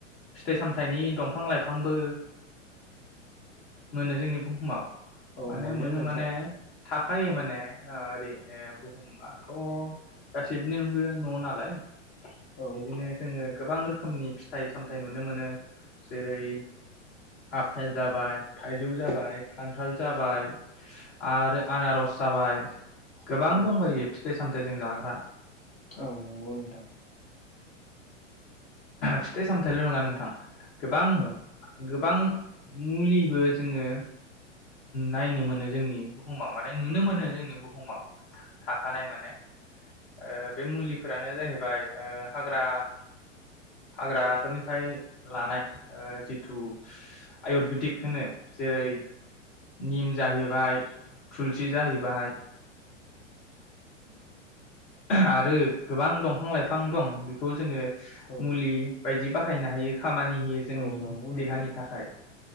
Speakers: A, on the left; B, on the left.
A: फिथाइ सामथायाइनि दंफां लाइफांबो मोनो जोंनि बुहुमाव।
B: औ
A: माने मोनो
B: नोंथां
A: माने थाखायो माने । माने ओरै बुहुमाथ गासिबनोबो न नालाय
B: औ
A: बिदिनो जोंङो गोबां रोखोमनि फिथाइ सामथाय नुनो मोनो जेरै आफेल जाबाय थाइजौ जाबाय खान्थाल जाबाय आरो आनारस जाबाय । गोबां
B: औ
A: दंबायो फिथाइ सामथाइ जों जाग्रा।
B: औ नंगौ नोंथां।
A: फिथाइ सामथायल नंङा नोंथां गोबां
B: औ
A: गो बां मुलिबो जोङो नायनो मोनो जोंनि बुहुमाव माने नुनो मोनो जोंनि बुहुमाव थाखानाय माने ओ बे मुलिफोरानो जाहैबाय ओ हाग्रा हाग्राफोरनिफ्राय लानाय ओ जिथु आयुरबेदिक होनो। जेरै निम जाहैबाय थुलसि जाहैबाय आरो गोबां दंफां लाइफां दं बेखौ जोङो
B: औ
A: मुलि बाय दि बाहायनो हायो। खामानि होयो जोंनि
B: औ नंगौ नोंथां
A: देहानि थाखाय